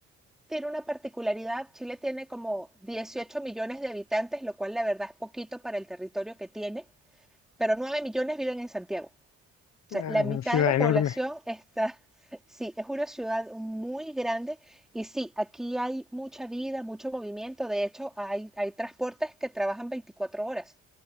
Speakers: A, in the centre; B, on the left (about 60°).
A: tiene una particularidad. Chile tiene como 18 millones de habitantes, lo cual la verdad es poquito para el territorio que tiene, pero 9 millones viven en Santiago. O
B: es
A: sea, la mitad
B: una ciudad
A: de la
B: enorme,
A: población está, <laughs> sí, es una ciudad muy grande y sí, aquí hay mucha vida, mucho movimiento. De hecho, hay, hay transportes que trabajan 24 horas,